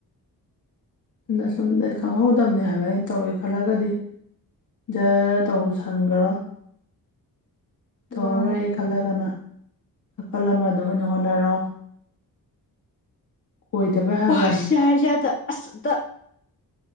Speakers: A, on the left; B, on the left.
A: ꯑꯗꯨꯅ ꯁꯁꯨꯝ ꯑꯩ ꯈꯪꯍꯧꯗꯕꯅꯤ ꯍꯥꯏꯕ ꯑꯩꯅ ꯇꯧꯋꯤ ꯈꯜꯂꯒꯗꯤ ꯖꯔ ꯇꯧꯁꯟꯒꯔ ꯇꯔ
B: ꯃꯥꯅꯦ
A: ꯑꯩꯂꯒꯅ ꯅꯥꯀꯜ ꯑꯃꯗꯣ ꯑꯣꯏꯅ ꯍꯣꯠꯅꯔꯣ ꯑꯣꯏꯗꯕꯩ ꯍꯥꯏꯕꯋꯥꯅꯤ
B: ꯑꯁꯁꯗ ꯑꯁ